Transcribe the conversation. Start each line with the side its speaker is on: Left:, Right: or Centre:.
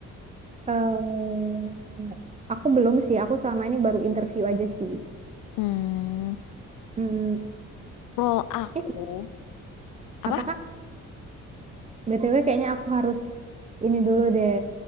Right: Eh, aku belum sih, aku selama ini baru interview aja sih.
Left: Hmm,
Right: hmm
Left: role aku
Right: Eh,
Left: apa?
Right: apa Kak? BTW kayaknya aku harus ini dulu deh.